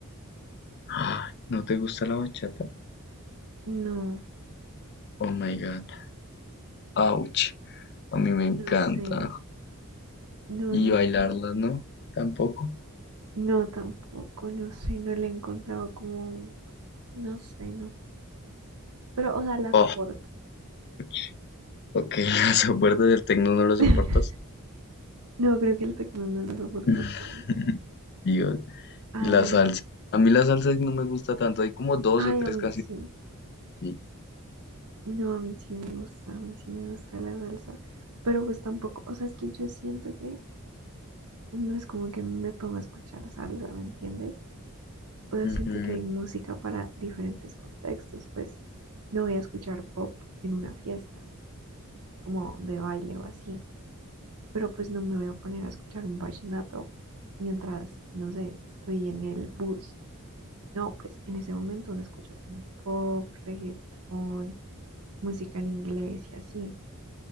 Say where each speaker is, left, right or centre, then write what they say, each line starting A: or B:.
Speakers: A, on the left; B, on the right.
A: Ay, ¿no te gusta la bachata?
B: No,
A: Oh my God, ouch, a mí me encanta.
B: no sé. No,
A: Y
B: no
A: bailarla,
B: sé.
A: ¿no? Tampoco.
B: No, tampoco, no sé. No le he encontrado como, no sé, no. Pero, o sea, la
A: Oh,
B: soporto.
A: ouch. ok, <laughs> la soportas, del tecno no lo soportas.
B: <laughs> No, creo que el tecno no lo soporto
A: <laughs>
B: tanto.
A: Dios,
B: A
A: y la
B: ver,
A: salsa. A mí la salsa no me gusta tanto, hay como dos
B: ay,
A: o tres
B: a mí
A: canciones
B: sí.
A: de salsa que sí.
B: No, a mí sí me gusta, a mí sí me gusta la salsa. Pero pues tampoco, o sea, es que yo siento que no es como que me pongo a escuchar salsa, ¿me entiendes? O sea,
A: Ujú,
B: siento que hay música para diferentes contextos. Pues no voy a escuchar pop en una fiesta, como de baile o así. Pero pues no me voy a poner a escuchar un vallenato mientras, no sé, estoy en el bus No, pues en ese momento uno escucha como pop, reggaetón, música en inglés y así.